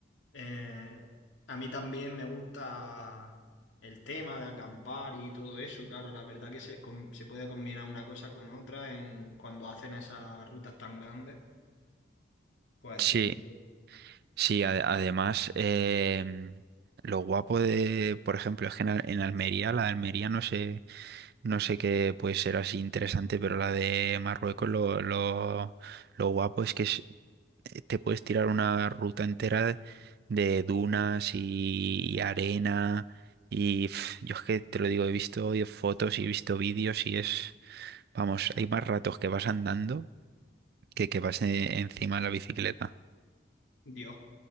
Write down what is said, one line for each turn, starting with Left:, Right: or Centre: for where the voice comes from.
Left: Eh, a mí también me gusta el tema de acampar y todo eso, claro, la verdad que se, com- se puede combinar una cosa con otra en cuando hacen esas rutas tan grandes, pues
Right: Sí,
Left: tienen que...
Right: sí, ade- además, em, lo guapo de, por ejemplo, es que en, Al- en Almería, la de Almería no sé No sé qué puede ser así interesante, pero la de Marruecos lo, lo, lo guapo es que es- eh, te puedes tirar una ruta entera de dunas y, y arena y pf, yo es que te lo digo, he visto fotos y he visto vídeos y es, vamos, hay más ratos que vas andando que que vas e- encima de la bicicleta.
Left: Dios.